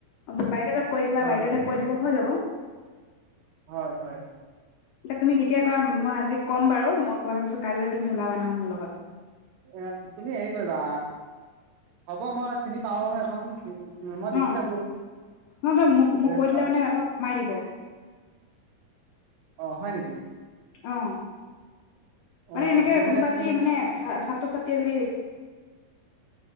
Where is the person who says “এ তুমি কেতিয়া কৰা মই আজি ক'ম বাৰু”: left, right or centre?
Left